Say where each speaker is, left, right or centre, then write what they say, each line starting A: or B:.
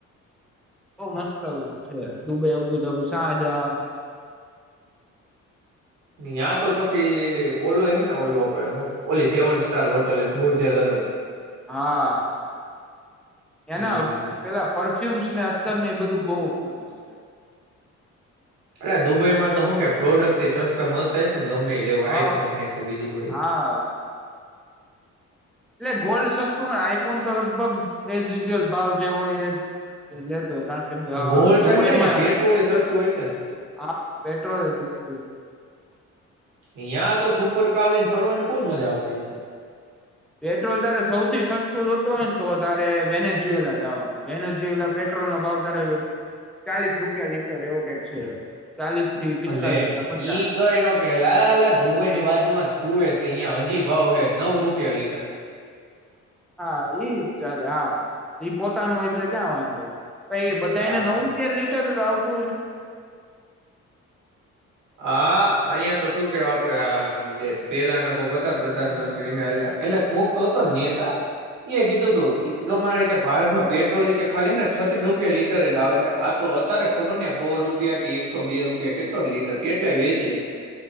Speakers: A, in the centre; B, on the right.
A: બહ મસ્ત છે દુબઈ અબુ તબુ શા જવાનું
B: યાં તો પછી ઓલું હે ને ઓલું આપડે શું ઓલી સેવન સ્ટાર હોટલ બુર્જલ અરબ
A: હા
B: હમ
A: એના પેલા પર ફ્યુમ્સ ને અત્યાર એ બધું બહ ફેમસ છે
B: અ દુબઈ માં તો હું કે પ્રોડક્ટ થી સસ્તા મળતા હો છે ગમેવું આઈફોન
A: હ
B: હે કે બીજું કોઈ
A: હા
B: <inaudible>
A: એટલે ગોલ્ડ સસ્તું આઈફોન તો લગ લગભગ એન્અલ ભાવ જે હોય એ લેતો કારણ કે અ
B: ગોલ્ડ
A: દુબઈમાં
B: તો એમ છેં પેટ્રોલ સસ્તું હોય છે
A: હા પેટ્રોલ એ સસ્તું
B: ને યાં તો સુપર કાર લઈ ને ફરવાની ભૂલ મજા આવતી છે
A: પેટ્રોલ તારે સૌથી સસ્તું જતું હોય ને તો તારે વેને જોયેલા જવાનું વેને જોુયેલા પેટ્રોલ નો ભાવ તારે ચાલીસ રૂપિયા લીટર એવો કંઈક છે ચાલીસ થી પિસ્તાલીસ
B: લે
A: કે પચાસ
B: ઈ કઈ ન કે લ લ દુબઈની બાજુ માં જ કુવે છે અહિયાં હ જી ભાવ હે નવ રૂપિયા લીટર
A: હા એઈજ ચાલે હા ઈ પોતાનું એટલે ક્યાં વાંધો પછ બધા
B: આ
A: એને નવ રૂપિયાર લીટર આવતું હ છે
B: હા અહિયાયા તો શું કેવ આપડે આમ જે પેલાના કોક હતા પ્રધાનમંત્રીલા એટલે કોક તો હતો નેતા એ કીધું તું ગમારે કે ભારતમાં પેટ્રોલ કે ખાલીને છત્રીસ રૂપિયા લીટર જ આવે છે આ તો અત્યારે ખબર ને હો રૂપિયા કે એકસો બે રૂપિયા કેટલો લીટ એટલે વેચે